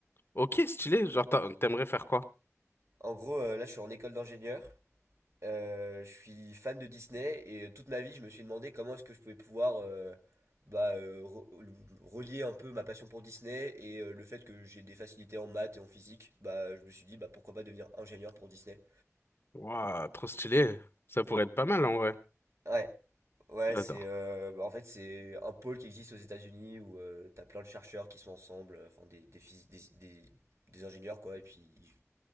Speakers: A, on the left; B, on the right.
A: Ok, stylé. Genre, t'a- t'aimerais faire quoi?
B: En gros, euh, là, je suis en école d'ingénieur. Euh, je suis fan de Disney et euh, toute ma vie, je me suis demandé comment est-ce que je pouvais pouvoir euh, bah, euh, re- relier un peu ma passion pour Disney et euh, le fait que j'ai des facilités en maths et en physique. Bah, je me suis dit, bah, pourquoi pas devenir ingénieur pour Disney.
A: Waouh, trop stylé. Ça pourrait être pas mal en vrai. Ouais.
B: Ouais. Ouais,
A: J'adore.
B: c'est euh, en fait c'est un pôle qui existe aux États-Unis où euh, t'as plein de chercheurs qui sont ensemble, euh, enfin des des, phys- des, des des ingénieurs quoi, et puis